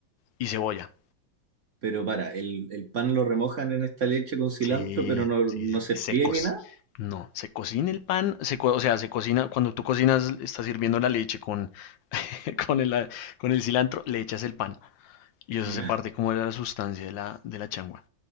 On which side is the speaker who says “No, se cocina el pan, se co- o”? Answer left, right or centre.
Left